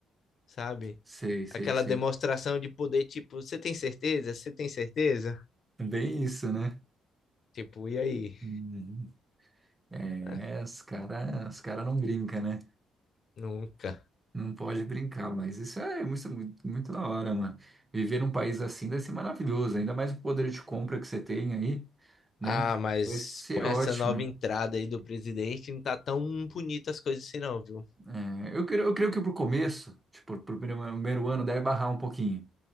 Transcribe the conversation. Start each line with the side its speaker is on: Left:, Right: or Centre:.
Left: sabe?
Right: Sei, sei,
Left: Aquela
Right: sei.
Left: demonstração de poder, tipo, você tem certeza? Você tem certeza?
Right: Bem isso, né?
Left: Tipo, e aí?
Right: Uhum. É,
Left: É,
Right: os cara, os cara não brinca, né?
Left: nunca.
Right: Não pode brincar, mas isso é muito, muito, muito da hora, mano. Viver num país assim deve ser maravilhoso, ainda mais o poder de compra que você tem aí, né?
Left: Ah, mas
Right: Vai ser
Left: com essa
Right: ótimo.
Left: nova entrada aí do presidente, não tá tão bonita as coisas assim, não, viu?
Right: É, eu, creio, eu creio que pro começo, tipo, pro primeiro, primeiro ano deve barrar um pouquinho,